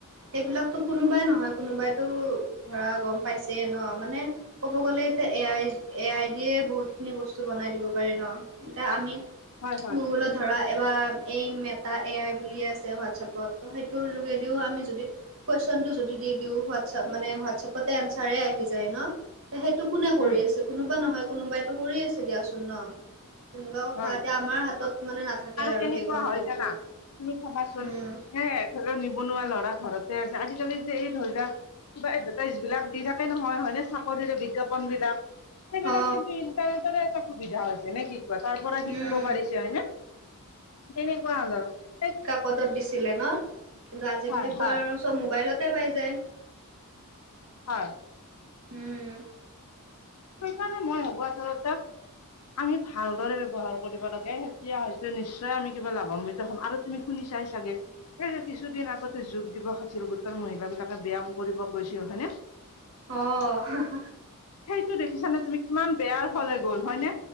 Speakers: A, on the right; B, on the left.
A: সেইবিলাকতো কোনোবাই নহয় কোনোবাইতো ধৰা গম পাইছে ন মানে ক'ব গ'লে এতিয়া এ আই এ আই দিয়ে বহুতখিনি বস্তু বনাই দিব পাৰি ন এতিয়া আমি
B: হয় হয়
A: গুগলত ধৰা এবাৰ এই মেটা এ আই বুলিয়ে আছে হোৱাটছএপত সেইটোৰ যোগেদিও আমি যদি কুৱেশ্বনটো যদি দি দিও হোৱাটছআপ মানে হোৱাট চপতে এনচাৰে আহি যায় ন ত সেইটো কোনে
B: উম
A: কৰি আছে কোনোবা নহয় কোনোবাইতো কৰি আছে দিয়াচোন ন? তেনেকুৱা কথা
B: হয়
A: এতিয়া আমাৰ হাতত মানে নাথাকে আৰু
B: কেনেকুৱা
A: সেই কন্ট্ৰলটো
B: হয় জানা তুমি চাবাচোন
A: উম।
B: এ ধৰি লোৱা নিবনুৱা ল'ৰা ঘৰতে আছে, আজিকালি যে এই ধৈৰাক কিবা এডভেটাইজবিলাক দি থাক কে নহয় হয়নে? চাকৰিৰে বিজ্ঞাপনবিলাক সেইবিলাক
A: অ
B: কিন কি ইণ্টাৰনেটৰে এটা সুবিধা হৈছে নেকি? মেটাৰ পৰা শিকিব
A: উম
B: পাৰিছে হয়নে? তেনেকুৱা ধৰ সেই
A: পদত দিছিলে ন কিন্তু আজিকালিতো
B: হয় হয়
A: আৰু চব মোবাইলতে পাই যায়।
B: হয়।
A: উম
B: সেইকাৰণে মই ভাবো আচলতে আমি ভালদৰে ব্যৱহাৰ কৰিব লাগে তেতিয়া হয়তো নিশ্চয় আমি কিবা লাভান্বিত হ'ম আৰু তুমি শুনিচাই চাগে? এই ৰে কিছুদিন আগতে যোগ দিৱস আছিল গোটৰ মহিলাবিলাকে ব্যায়াম কৰিব গৈছিল হয়নে?
A: অ হ হ।
B: তুমি দেখিছা নে তুমি কিমান বেয়াৰ ফালে গ'ল হয়নে?